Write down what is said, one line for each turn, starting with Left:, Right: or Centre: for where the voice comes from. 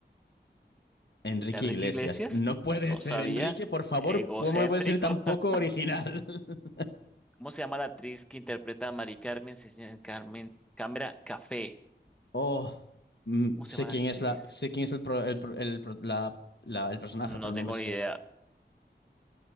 Left: Enrique
Centre: Enrique
Left: Iglesias.
Centre: Iglesias,
Left: No puede
Centre: no
Left: ser,
Centre: sabía.
Left: Enrique, por favor,
Centre: Egocéntrico.
Left: ¿cómo puede ser tan poco
Centre: <laughs>
Left: original? <laughs>
Centre: ¿Cómo se llama la actriz que interpreta a Mari Carmen? Se llama Carmen Cámara Café.
Left: Oh, mm,
Centre: ¿Cómo
Left: sé
Centre: se llama
Left: quién
Centre: la actriz?
Left: es la, sé quién es el, pro- el, pro- el pro- la- la- el personaje,
Centre: No
Left: pero no
Centre: tengo
Left: me sé.
Centre: ni idea.